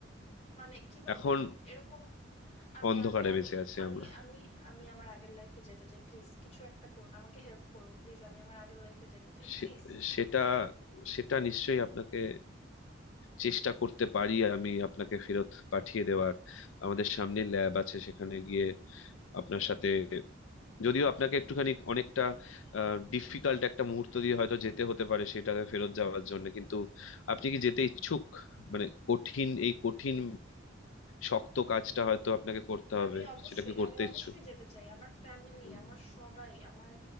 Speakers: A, on the left; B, on the left.
A: মানে কিভাবে
B: এখন
A: এরকম আমি
B: অন্ধকারে
A: আমি আমি
B: বেঁচে আছি
A: আমি
B: আমরা
A: আমি আমি আমার আগের লাইফে যেতে চাই প্লিজ কিছু একটা করুন আমাকে হেল্প করুন প্লিজ আমি আমার আগের লাইফে যেতে চাই
B: সে-
A: প্লিজ
B: সেটা সেটা নিশ্চয়ই আপনাকে চেষ্টা করতে পারি আমি আপনাকে ফেরত পাঠিয়ে দেওয়ার আমাদের সামনে ল্যাব আছে সেখানে গিয়ে আপনার সাথে যদিও আপনাকে একটুখানি অনেকটা ডিফিকাল্ট একটা মুহূর্ত দিয়ে হয়তো যেতে হতে পারে সেটাকে ফেরত যাওয়ার জন্য কিন্তু আপনি কি যেতে ইচ্ছুক মানে কঠিন এই কঠিন শক্ত কাজটা হয়তো আপনাকে করতে
A: আমি
B: হবে
A: অবশ্যই
B: সেটাকে করতে
A: আমি অবশ্যই
B: ইচ্ছুক
A: যেতে চাই আমার ফ্যামিলি
B: হুম,
A: আমার সবাই আমার